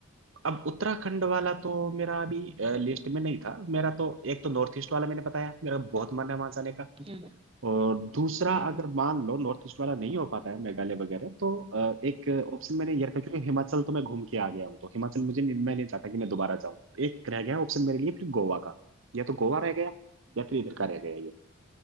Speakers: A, on the right (about 65°); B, on the right (about 25°).
A: अब उत्तराखंड वाला तो मेरा अभी लिस्ट में नहीं था मेरा तो एक तो नॉर्थ ईस्ट वाला मैंने बताया मेरा बहुत मन है वहां जाने का
B: हम्म
A: और दूसरा
B: हम्म
A: अगर मान लो नॉर्थ ईस्ट वाला नहीं हो पाता है मेघालय वगैरह तो अ, एक ऑप्शन मैंने
B: हम्म,
A: ये रखा क्योंकि हिमाचल तो मैं घूम के आ गया हूँ तो हिमाचल मुझे नहीं- मैं नहीं चाहता कि मैं दोबारा जाऊँ एक रह गया ऑप्शन मेरे लिए फिर गोवा का या तो गोवा रह गया या
B: हम्म,
A: फिर इधर का रह गया ये